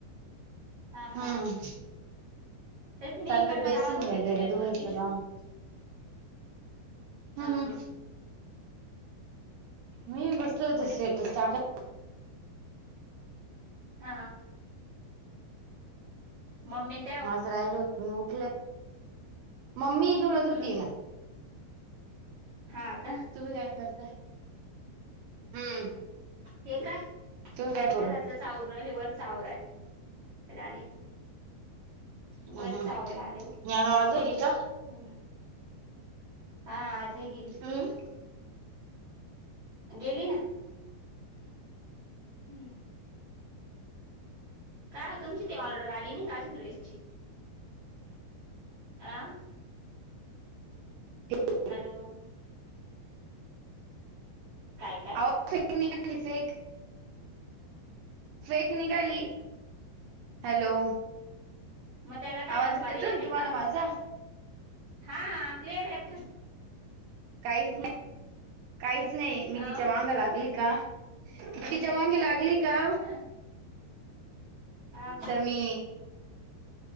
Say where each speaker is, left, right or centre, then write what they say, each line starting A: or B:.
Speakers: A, on the right; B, on the right.
A: हा
B: हम्म
A: हा तेच
B: चाललंय
A: मी इकडनं
B: बेसिंग
A: लावत होते
B: वगैरे
A: तर नेटवर्क
B: धुवायचं
A: इश्यू
B: काम. हम्म
A: हा
B: हम्म
A: हा
B: मी बसलो होत
A: मग
B: स्टेटस टाकत
A: हा हा मम्मीनी
B: माझं राहिल होत मी उठले मम्मी इ धुण धुतिये
A: हम्
B: ना
A: हा का
B: तुम्ही काय करताय हम्म
A: हे काय
B: तुम्ही काय करू
A: घरातलच आवरू राहिले वरच आवरायला आले
B: हम्म
A: वरच
B: हम्म
A: आवरायला आले ओ
B: ज्ञानू आज येईल का?
A: हम्म हा आजही गेली
B: हम्म
A: गेली ना हम्म काय तुमची ती ऑर्डर आली नाही आजून ड्रेसची अ
B: हा
A: हॅलो काय काय
B: अहो फेक निघाली फेक फेक निघाली हॅलो.
A: मग त्याला काय
B: आवाज
A: पर्याय
B: येतोय ना
A: नाही
B: तुम्हाला
A: का आता
B: माझा?
A: हा क्लिअर आहे पर
B: काहीच नाही काहीच नाही
A: ना
B: मी तिच्या माग लागली का. तिच्या मागे लागली का.
A: अ हा
B: तर मी